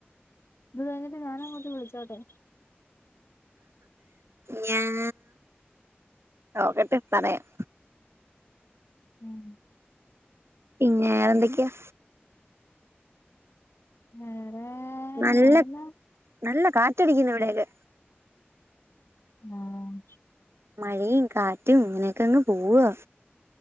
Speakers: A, on the left; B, on the right.
A: ഇത് കഴിഞ്ഞിട്ട് ഞാൻ അങ്ങോട്ട് വിളിച്ചോട്ടെ
B: ഞാൻ നോക്കട്ടെ പറയാം
A: ഉം
B: പിന്നെറെന്തൊക്കെയാ
A: വേറെ
B: നല്ല
A: വേറെന്നാ
B: നല്ല കാറ്റടിക്കുന്നു ഇവിടയില്
A: ആഹ്
B: മഴയും കാറ്റും ഇങ്ങനെയൊക്കെ അങ്ങ് പോവാ